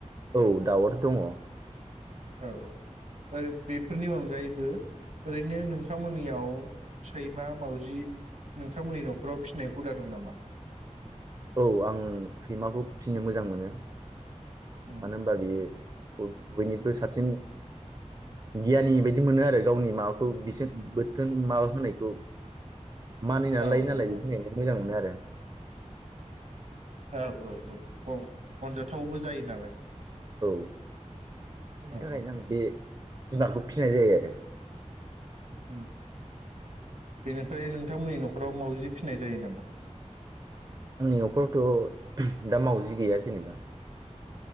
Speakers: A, on the right; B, on the right.
A: औ दाउआथ' दङ।
B: औ औ ओ बेफोरनि अनगायैबो ओरैनो नोंथांमोननियाव सैमा मावजि नोंथांमोननि न'खराव फिनाय हुदा दं नामा?
A: औ आं सैमाखौ फिनो मोजां मोनो।
B: उम
A: मानो होनबा बियो। ब-बयनिख्रुइ साबसिन गियानि बायदि मोनो आरो गावनि माबाखौ बिसोर बोथोन माबा होनायखौ । मानिनानै
B: औ
A: लायो नालाय
B: औ
A: बेनि
B: औ
A: थाखायनो मोजां मोनो आरो ।
B: औ औ औ अनजाथावबो जायो नालाय
A: औ बेनि
B: औ
A: थाखायनो
B: औ
A: आं बे जुनारखौ फिसिनाय जायो आरो ।
B: उम बेनिफ्राय नोंथांमोननि न'खराव मावाउजि फिनाय जायो नामा?
A: आंनि न'खरावथ' दा मावजि गैया जेनेबा ।